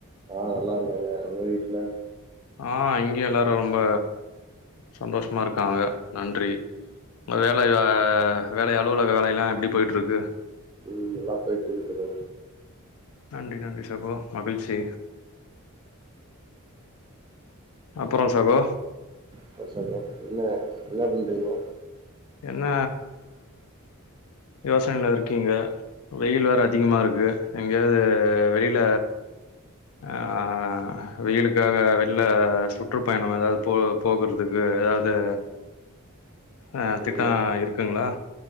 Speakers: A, on the right; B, on the left.
A: ஆ நல்லாருக்காங்க உங்க வீட்ல
B: ஆ இங்கியு எல்லாரு ரொம்ப சந்தோஷமா இருக்காங்க நன்றி உங்க வேலை ஆ வேலை அலுவலக வேலையெல்லா எப்டி போயிட்ருக்கு
A: ம் நல்லா போயிட்ருக்கு சகோ
B: நன்றி நன்றி சகோ மகிழ்ச்சி அப்பற சகோ
A: அப்ற சகோ என்ன என்ன பண்றீங்க
B: என்ன யோசனைல இருக்கீங்க வெயில் வேற அதிகமா இருக்கு எங்கேயாது வெளில ஆ வெயிலுக்காக வெள்ல சுற்றுப்பயணம் ஏதாது போ போகுறதுக்கு எதாது ஆ திட்ட
A: இல்ல
B: இருக்குங்களா